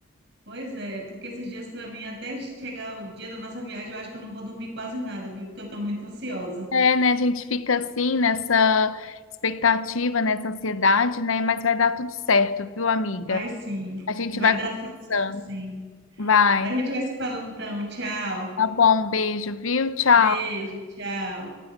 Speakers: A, on the right; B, on the left.
A: Pois é, porque esses dias para mim, até chegar o dia da nossa viagem, eu acho que eu não vou dormir quase nada, viu? Porque eu estou muito ansiosa.
B: É, né? A gente fica assim nessa expectativa, nessa ansiedade, né? Mas vai dar tudo certo, viu, amiga?
A: Vai sim,
B: A gente
A: vai
B: vai
A: dar
B: conversando.
A: tudo certo sim.
B: Vai.
A: A gente vai se falando então. Tchau.
B: Tá bom, um beijo, viu? Tchau.
A: Beijo, tchau.